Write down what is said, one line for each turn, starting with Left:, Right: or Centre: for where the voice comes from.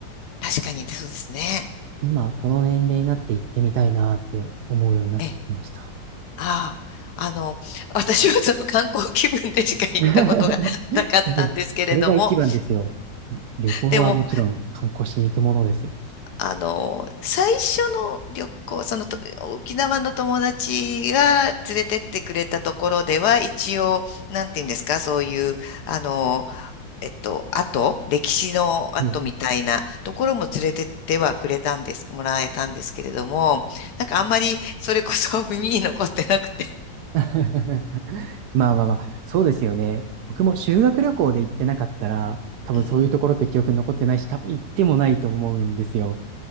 Left: 確かに、そうですね。
Right: 今、この年齢になって行ってみたいなって思うようになってきました。
Left: ええ、ああ、あの、私はその観光気分でしか行ったことがなかったんですけれども、
Right: <laughs> いやそれが一番ですよ。旅行はもちろん観光しに行くものですよ。
Left: でも、あの、最初の旅行、そのと、沖縄の友達が連れてってくれたところでは、一応、なんていうんですか、そういう、あの、えっと、跡、歴史の跡みたいなところも連れてってはくれたんです、
Right: はい
Left: もらえたんですけれども、なんかあんまりそれこそ <laughs> 耳に残ってなくて。
Right: <laughs> まあまあまあ、そうですよね。僕も修学旅行で行ってなかったら、多分そういうところって記憶に残ってないし、
Left: うん。
Right: 多分行ってもないと思うんですよ。